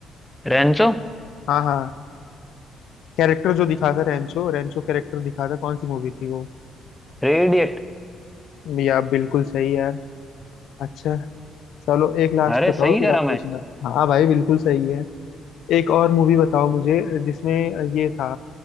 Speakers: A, in the centre; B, on the left.
A: रेंचो
B: हाँ हाँ कैरेक्टर जो दिखा था रेंचो रेंचो कैरेक्टर दिखा था कौन सी मूवी थी वो
A: Three idiot
B: या बिल्कुल सही यार अच्छा चलो एक लास्ट
A: अरे
B: बताओ
A: सही
B: फिर
A: करा
B: आप पूछना
A: मैं
B: हाँ भाई बिल्कुल सही है एक और मूवी बताओ मुझे जिसमें ये था